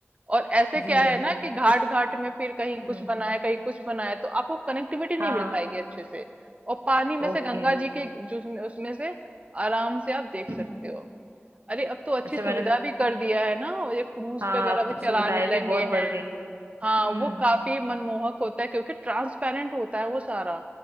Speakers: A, on the right (about 30°); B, on the right (about 75°).
A: और ऐसे क्या
B: जी
A: है ना कि घाट घाट में फिर कहीं
B: हम्म
A: कुछ बनाया कहीं कुछ बनाया तो आपको कनेक्टिविटी नहीं
B: हाँ
A: मिल पाएगी अच्छे से और पानी में से
B: Okay
A: गंगा
B: okay
A: जी के जो उसमें उसमें से आराम से आप देख
B: हम्म।
A: सकते हो अरे अब तो अच्छी
B: अच्छा
A: सुविधा
B: मैंने
A: भी कर दिया है ना और ये क्रूज
B: हाँ
A: वगैरह
B: अब
A: भी
B: तो
A: चलाने
B: सुविधाएं
A: लगे
B: भी बहुत बढ़
A: हैं
B: गई
A: हाँ
B: हम्म
A: वो काफी मनमोहक होता है क्योंकि ट्रांसपेरेंट होता है वो सारा